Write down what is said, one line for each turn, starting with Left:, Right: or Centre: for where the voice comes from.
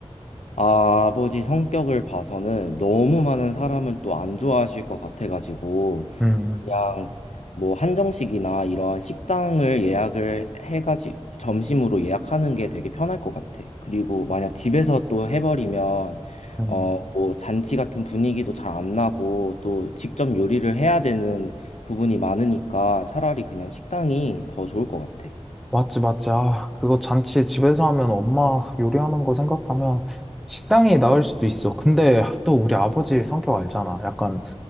Left: 아, 버지 성격을 봐서는 너무 많은 사람을 또 안 좋아하실 것 같아가지고
Centre: 음,
Left: 그냥 뭐 한정식이나 이런 식당을 예약을 해가지 점심으로 예약하는 게 되게 편할 것 같아. 그리고 만약 집에서 또 해버리면
Centre: 음.
Left: 어, 뭐 잔치 같은 분위기도 잘 안 나고 또 직접 요리를 해야 되는 부분이 많으니까 차라리 그냥 식당이 더 좋을 것 같아.
Centre: 맞지, 맞지. 아, 그거 잔치 집에서 하면 엄마 요리하는 거 생각하면 식당이 나을 수도 있어. 근데 또 우리 아버지 성격 알잖아. 약간,